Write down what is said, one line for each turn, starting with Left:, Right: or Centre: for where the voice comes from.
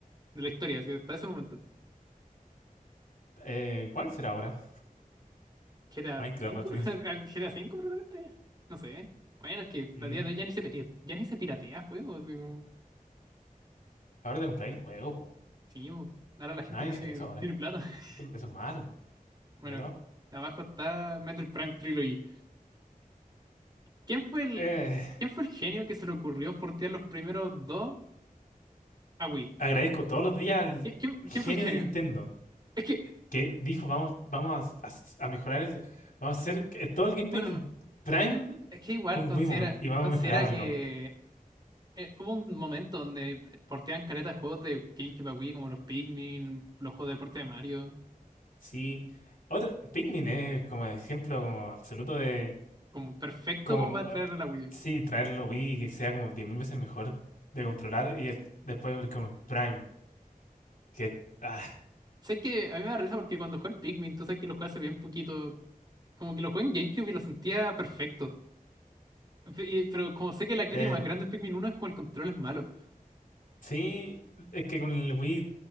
Right: de la historia, así, hasta ese momento.
Left: Eh, ¿cuál será ahora?
Right: ¿G T a
Left: Minecraft,
Right: 5,
Left: así.
Right: <laughs> ¿Al G T a 5 probablemente? No sé. Bueno, es que
Left: Mm,
Right: a día de hoy ya ni se, piri- ya ni se piratea juegos. así como-
Left: Ahora te compráis el juego, po.
Right: Sí, bo, ahora la gente
Left: Nadie
Right: tiene,
Left: hace eso ahora
Right: tiene
Left: ya.
Right: plata. <laughs>
Left: Eso es malo.
Right: Bueno,
Left: A ver, ojo.
Right: abajo está Metroid Prime Trilogy. ¿Quién fue el,
Left: Eh,
Right: quién fue el genio que se le ocurrió portear los primeros dos a Wii?
Left: agradezco todos los días al
Right: ¿Qui- ¿Quién,
Left: genio
Right: quién fue el genio?
Left: de Nintendo
Right: Es que,
Left: que dijo, vamos, vamos a, a- a mejorar el, vamos a hacer que todo el gameplay
Right: bueno,
Left: del Prime
Right: i- es que igual
Left: con
Right: considera,
Left: Wiimote y vamos
Right: considera
Left: a mejorarlo.
Right: que eh, hubo un momento donde porteaban caretas de juegos de GameCube a Wii, como los Pikmin, los juegos de deporte de Mario.
Left: Sí. Otra, Pikmin es como ejemplo como absoluto de
Right: Como perfecto
Left: como
Right: como para traer
Left: eh,
Right: a la Wii.
Left: sí, traerlo Wii y que sea como 10.000 veces mejor de controlar y el- después ver con Prime que ah,
Right: Sé que a mí me da risa porque cuando jugué el Pikmin, tú sabes que lo jugué hace bien poquito. Como que lo jugué en GameCube y lo sentía perfecto. Fe- y- Pero como sé que la crítica
Left: eh,
Right: más grande del Pikmin uno es como el control es malo.
Left: sí, es que con el Wii